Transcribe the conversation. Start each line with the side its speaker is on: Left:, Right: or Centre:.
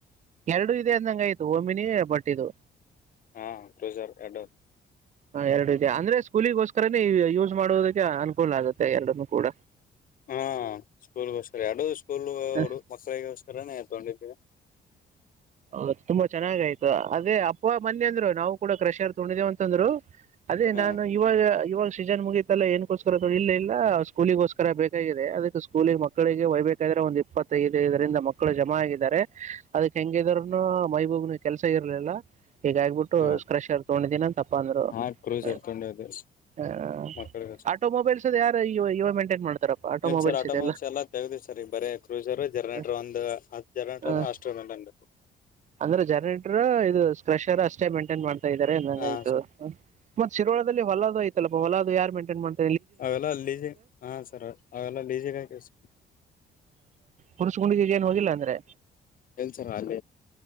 Right: ಎರಡು ಇದೆ ಅಂದಂಗ ಆಯ್ತು ಓಮಿನಿ ಬಟ್ಟಿದದು
Left: ಹಾ ಕ್ರೂಸರ್ ಎರಡು
Right: ಹ ಎರಡು ಇದ ಅಂದ್ರೆ ಸ್ಕೂಲಿಗೋಸ್ಕರ ಅ ಯೂಸ್ ಮಾಡುವದಕ್ಕೆ ಅನುಕೂಲ ಆಗುತ್ತೆ ಎರಡನ್ನು ಕೂಡ
Left: ಹಾ ಸ್ಕೂಲ್ ಗೋಸ್ಕರ ಎರಡ ಸ್ಕೂ ಸ್ಕೂಲ್ ಹುಡುಗರು
Right: ಹ,
Left: ಮಕ್ಕಳಿಗೋಸ್ಕರನೇ ಇಕೊಂಡಿದ್ದೀವಿ
Right: ಹೌ ತುಂಬಾ ಚೆನ್ನಾಗಯ್ತು ಅದೇ ಅಪ್ಪ ಮನ್ನಿ ಅಂದ್ರು ನಾವು ಕೂಡ ಕ್ರಷರ್ ತೊಂಡಿದೇವ ಅಂತಂದ್ರು ಅದೇ
Left: ಹಾ
Right: ನಾನು ಇವಾಗ ಇವಾಗ ಸೀಜನ್ ಮುಗಿತಲ್ಲ ಏನ್ಕೋಸ್ಕರ ಇಲ್ಲ ಇಲ್ಲ ಸ್ಕೂಲಿಗೋಸ್ಕರ ಬೇಕಾಗಿದೆ ಅದಕ್ಕೆ ಸ್ಕೂಲಿ ಮಕ್ಕಳಿಗೆ ವಯ್ಬೇಕಾದ್ರೆ ಒಂದ್ ಇಪ್ಪತ್ತೈದ ಐದರಿಂದ ಮಕ್ಕಳು ಜಮ ಆಗಿದ್ದಾರೆ ಅದಕ್ ಹೆಂಗಿದ್ರರು ಹಾ ಮೈಬೂಬನ ಕೆಲಸ ಇರ್ಲಿಲ್ಲಾ ಹಗ ಆಗ್ಬಿಟ್ಟು
Left: ಹಾ
Right: ಸ್ಕ್ರಶ್ ಯಾರ ತಗೊಂಡಿದೀನ ಅಂತಪ್ಪ ಅಂದ್ರು
Left: ಹಾ ಕ್ರೂಸರ್
Right: ಹ
Left: ತಗೊಂಡಿದ್ದೆ
Right: ಹ
Left: ಮಕ್ಕಳಿಗೋಸ್ಕರ
Right: ಆಟೋ ಮೊಬೈಲ್ಸ್ ಅದ ಯಾರು ಇವಾಗ ಮೇಂಟೈನ್ ಮಾಡ್ತಾರಪ್ಪ ಆಟೋ
Left: ಏನ್
Right: ಮೊಬೈಲ್ಸ್
Left: ಸರ್ ಆಟೋಮೊಬೈಲ್ಸ್
Right: ಇದೆಲ್ಲ
Left: ಎಲ್ಲಾ ತೆಗ್ದಿವಿ ಸರ್ ಈಗ ಬರೇ ಕ್ರೂಸರ್ ಜನರೇಟರ್
Right: ಹ
Left: ಒಂದ್ ಹತ್ ಜನರೇಟರ್
Right: ಹ
Left: ಅದ ಅಷ್ಟು ಮೇಂಟೈನ್
Right: ಅಂದ್ರೆ ಜರ್ಟರು ಇದು ಪ್ರೆಷರ್ ಅಷ್ಟೇ ಮೇಂಟೈನ್ ಮಾಡು. ಇದಾರೆ ನಂಗ
Left: ಹಾ
Right: ಆಯ್ತು ಹ. ಮತ್ ಶಿರಳದಲ್ಲಿ ಹೊಲದು ಆಯಿತಲ್ಲಪ್ಪ ಹೊಲದು ಯಾರ್ ಮೈಂಟೈನ್ ಮಾಡತಾರೆ.
Left: ಅವೇಲ್ಲ ಲೀಜೇ ಹಾ ಸರ್ ಆವೆಲ್ಲ ಲಿಸಿದ್ದೀವಿ ಸರ್
Right: ಹುಣಸಗುಂಡಿಗೆ ಏನ್ ಹೋಗಿಲ್ಲ ಅಂದ್ರೆ
Left: ಎಲ್ಲಾ ಸರ್ ಅರ್.